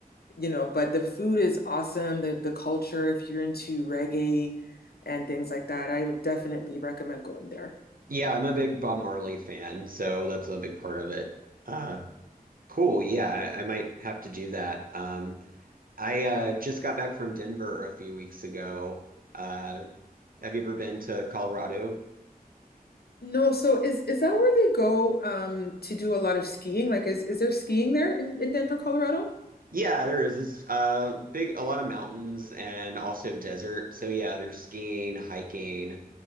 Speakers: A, on the left; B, on the right.
A: You know, but the food is awesome, the the culture, if you're into reggae and things like that, I would definitely recommend going there.
B: Yeah, I'm a big Bob Marley fan, so that's a big part of it. Uh, cool. Yeah, I, I might have to do that. Um, I uh, just got back from Denver a few weeks ago. Uh, have you ever been to Colorado?
A: No, so is is that where they go um to do a lot of skiing? Like is is there skiing there in, in Denver, Colorado?
B: Yeah, there is. It's uh, big, a lot of mountains and also desert. So yeah, there's skiing, hiking,